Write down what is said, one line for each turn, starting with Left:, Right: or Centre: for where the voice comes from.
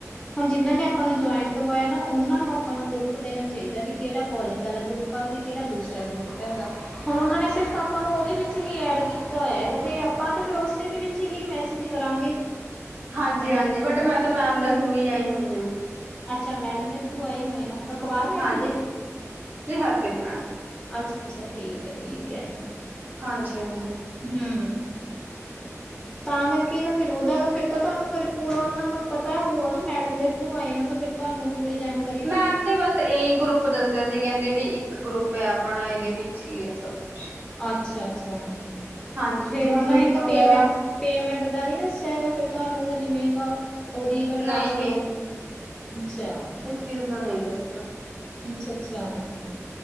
Left: ਹੁਨ ਜਿਨਾਂ ਨੇ ਆਪਾਂ ਨੂੰ ਜੁਆਇਨ ਕਰਵਾਇਆ ਨਾ ਉਹਨਾਂ ਨੂੰ ਆਪਾਂ ਨੂੰ ਗਰੁਪ ਦੇਨਾ ਚਾਹੀਦਾ ਵੀ ਕਿਹੜਾ ਕੋਲਿੰਗ ਆਲਾ ਗਰੁੱਪ ਆ ਵੀ ਕੇੜਾ ਦੂਸਰਾ ਗਰੁੱਪ ਹੈਗਾ। ਹੁਣ ਉਹਨਾਂ ਨੇ ਸਿਰਫ ਆਪਾਂ ਨੂੰ ਉਹਦੇ ਵਿੱਚ ਹੀ ਐਡ ਕੀਤਾ ਹੋਇਆ ਹੈਗਾ ਤੇ ਆਪਾਂ ਤਾਂ ਫੇਰ ਉਸੇ ਦੇ ਵਿੱਚ ਹੀ ਮੈਸੇਜ ਕਰਾਂਗੇ।
Right: ਹਾਂਜੀ-ਹਾਂਜੀ ਬਟ ਮੈਂ ਤਾ ਮੈਮ ਦੇ ਥਰੂ ਹੀ ਆਈ ਹੋਈ ਹਾਂ।
Left: ਅੱਛਾ ਮੈਡਮ ਦੇ ਥਰੂ ਆਏ ਹੋਏ ਹੋ ਅਕਬਾਲ ਮੈਡਮ
Right: ਹਾਂਜੀ
Left: ਦੇ?
Right: ਜੀ ਹਰਪ੍ਰੀਤ ਮੈਮ
Left: ਅੱਛਾ-ਅੱਛਾ ਠੀਕ ਹੈ, ਠੀਕ ਹੈ।
Right: ਹਾਂਜੀ-ਹਾਂਜੀ।
Left: ਹੂੰ
Right: ਅੱਛਾ ਜੀ।
Left: ਤਾਂ ਕਰਕੇ ਫਿਰ ਉਹਦਾ ਫਿਰ ਤਾਂ ਤੁਹਾਨੂੰ ਫਿਰ ਪੂਰਾ ਉਹਨਾਂ ਨੂੰ ਪਤਾ ਹੋਊਗਾ ਨਾ ਮੈਡਮ ਦੇ ਥਰੂ ਆਏ ਓ ਤੇ ਫਿਰ ਤੁਹਾਨੂੰ ਪੂਰੀ ਜਾਣ
Right: ਮੈਮ ਦੇ ਬਸ ਇਹੀ ਗਰੁੱਪ ਗੁੱਪ ਦੱਸਿਆ ਸੀ ਕਹਿੰਦੇ ਕੀ ਇੱਕ ਗਰੁੱਪ ਹੈ ਆਪਣਾ ਇਹਦੇ ਵਿੱਚ ਹੀ ਹੈ ਸਭ ਕੁਛ।
Left: ਅੱਛਾ-ਅੱਛਾ
Right: ਹਾਂਜੀ
Left: ਫੇਰ
Right: ਜਿਵੇਂ
Left: ਉਹਨਾਂ
Right: ਮੀਟਿੰਗ
Left: ਨੇ ਗਾ
Right: ਵਗੈਰਾ
Left: ਪੇਮੈਂਟ ਪੇਮੈਂਟ ਦਾ ਨੀ ਦੱਸਿਆ ਹੈਗਾ ਫਿਰ ਤੁਹਾਨੂੰ ਜਿਵੇਂ ਗਾ ਉਹਦੀ ਗਾ ਟ੍ਰਾਂਸਕ੍ਰਿਪਸ਼ਨ
Right: ਨਹੀਂ
Left: ਅੱਛਾ।
Right: ਕਿਸ ਦਾ ਨੀ ਦੱਸਿਆ।
Left: ਅੱਛਾ ਅੱਛਾ।